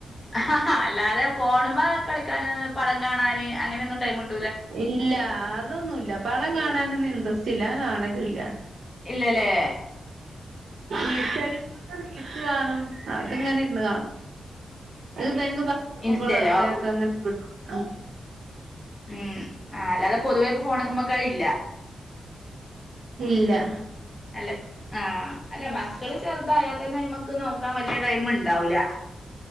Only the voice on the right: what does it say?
ഇല്ല അതൊന്നുല്ല പടം കാണാനൊന്നും ഇൻട്രസ്റ്റ് ഇല്ല കാണലൂല്ല.
ഈ ശരി <inaudible> കാണും അതിങ്ങനെഇര്ന്ന്കാണും അതിപ്പോ കൊടുക്കുമ്പോളോ
പിള്ളേരൊക്കെ അങ്ങനെ കിട്ടോ ഉ
ഇല്ല